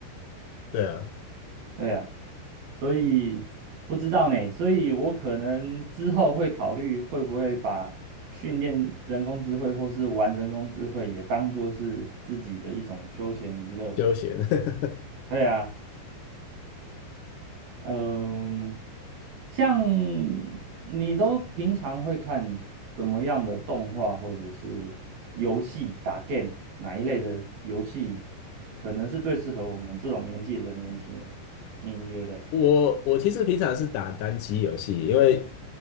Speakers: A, on the left; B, on the right.
A: 对啊，
B: 对啊，所以不知道呢，所以我可能之后会考虑会不会把训练人工智慧或是玩人工智慧也当做是自己的一种休闲娱乐。
A: 休闲。<laughs>
B: 对啊。嗯，像你都平常会看什么样的动画或者是游戏打 game 哪一类的游戏，可能是最适合我们这种年纪的年轻人？您觉得？
A: 我我其实平常是打单机游戏，因为